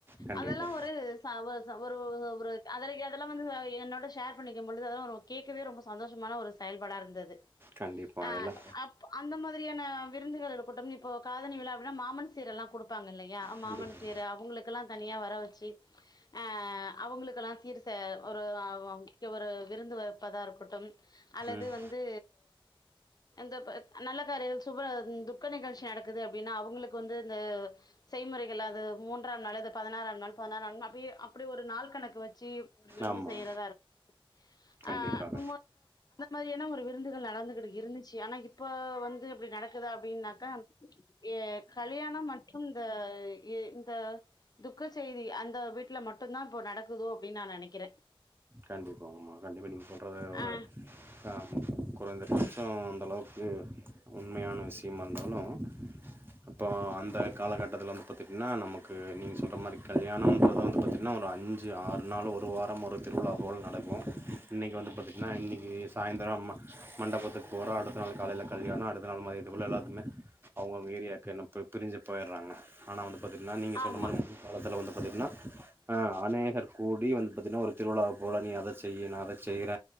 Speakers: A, on the right (about 25°); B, on the left (about 45°).
A: கண்டிப்பா
B: அதெல்லா ஒரு ச ஒரு ச ஒரு அவரு அதெல்லா என்டலா வந்து என்னோட ஷேர் பண்ணிக்கும்போழுது அதெல்லா ஒரு கேட்கவே ஒரு சந்தோசமான செயல்பாடாருந்துது
A: கண்டிப்பா
B: அ
A: எல்லா
B: அப் அந்த மாதிரியான விருந்துகள் இருக்கட்டும் இப்போ காதணி விழா அப்பல்லா மாமன் சீர் எல்லா குடுப்பாங்க இல்லயா
A: கண்டிப்பா
B: மாமன் சீரு அவுங்களுக்கெல்லா தனியா வர வச்சி அ அவுங்களுக்கெல்லா சீரு செ ஒரு அவ ஒரு விருந்து வைப்பதாக இருக்கட்டும் அல்லது
A: ம்
B: வந்து து அந்த நல்ல காரி சுப துக்க நிகழ்ச்சி நடக்குது அப்டின்னா அவு ங்களுக்கு வந்து இந்த செய்முறைகள் அது மூன்றாம் நாள் பதினாறாம் நாள் பதினாறாம் நாள் அப்டியே அப்டே ஒரு நாள் கணக்கு வச்சு ஒரு விருந்து
A: ஆமா ஆமா
B: செய்யறதா இரு
A: கண்டிப்பாக
B: <inaudible> ஆ <unintelligible> மாதிரியான ஒரு விருந்துகள் நடந்துகிட்டு இருந்துச்சு ஆனா இப்ப அப்டி நடக் இருக்குதா அப்படின்னாக்கா எ கல்யாணம் மற்றும் இந்த இந்த துக்க செய்தி அந்த வீட்ல மட்டுதா இப்போ நடக்குதோ அப்டின்னு நா நெனைக்கிற
A: கண்டிப்பா ஆமா கண்டிப்பா நீங்க சொல்றது ஒரு
B: ஆ
A: ஆ குறைந்தபட்சோ அந்தளவுக்கு உண்மையான விஷயமா இருந்தாலு அப்போ அந்த காலகட்டத்தில வந்து பாத்திட்டிங்கன்னா நமக்கு நீங்க சொல்ற மாரி கல்யாணம்ன்றத வந்து பாத்தீங்கன்னா ஒரு அஞ்சு அஞ்சி ஆறு நாள் ஒரு வாரம் ஒரு திருவிழா போல நடக்கு இன்னைக்கு வந்து பாத்தீட்ன்னா இன்னைக்கு சாய்ந்தரோ ம மண்டபத்துக் போறோ அடுத்த நாள் காலையில கல்யாணோ அடுத்த நாள் மய் இங்குள்ள எல்லாத்துமே அவங்க அவங்க ஏரியாவுக்கு எல்லா பிரிஞ்சு போயிட்றாங்க ஆனா வந்து பாத்தீட்ங்கன்னா நீ சொல்ற
B: ஆமா
A: மாரி காலத்துல வந்து பாத்தீங்கன்னா அ அநேகர் கூடி வந்து பாத்தீங்கன்னா ஒரு திருவிழாவ போல நீ அத செய் நா அத செய்ற